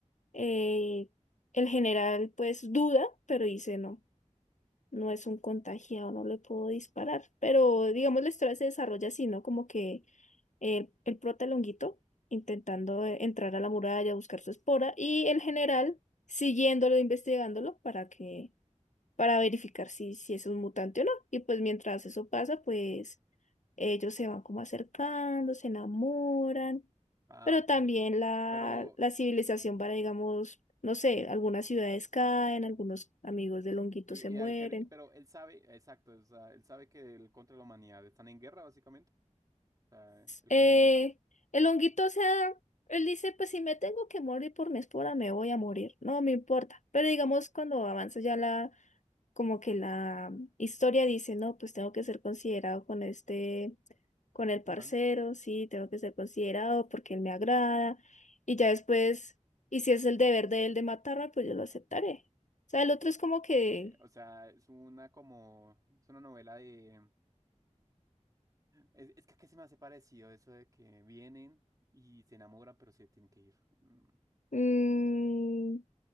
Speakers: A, on the left (about 75°); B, on the right (about 30°).
A: eh, el general pues duda, pero dice no, no es un contagiado, no le puedo disparar. Pero digamos la historia se desarrolla así, ¿no? Como que el, el prota Longuito intentando eh, entrar a la muralla, buscar su espora, y el general siguiéndolo, investigándolo para que, para verificar si, si es un mutante o no. Y pues mientras eso pasa, pues ellos se van como acercando, se enamoran,
B: Ah,
A: pero
B: ok.
A: también la,
B: Pero
A: la civilización va, digamos, no sé, algunas ciudades caen, algunos amigos de Longuito
B: Y,
A: se
B: y
A: mueren.
B: al que le- pero él sabe, exacto, o sea, él sabe que el contra la humanidad están en guerra, básicamente. O sea, el
A: Eh,
B: como honguito
A: el honguito, o sea, él dice, pues si me tengo que morir por mi espora, me voy a morir, no me importa. Pero digamos, cuando avanza ya la, como que la historia dice, no, pues tengo que ser considerado con este, con el parcero,
B: humano.
A: sí, tengo que ser considerado porque él me agrada. Y ya después, y si es el deber de él de matarme, pues yo lo aceptaré. O sea, el otro es como que...
B: Ok, o sea, es una como, es una novela de, es, es que aquí se me hace parecido eso de que vienen y se enamoran, pero se tienen que ir. Mm,
A: mm,